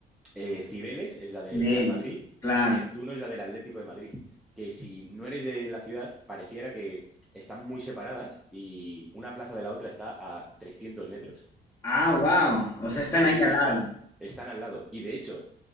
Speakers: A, in the centre; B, on the left (about 20°).
A: eh, Cibeles es la del
B: Cibeles.
A: Real Madrid
B: Claro.
A: y Neptuno es la del Atlético de Madrid, que si no eres de la ciudad, pareciera que están muy separadas y una plaza de la otra está a 300 metros.
B: Ah, wow. O sea, están
A: 304
B: ahí al lado.
A: están al lado y de hecho,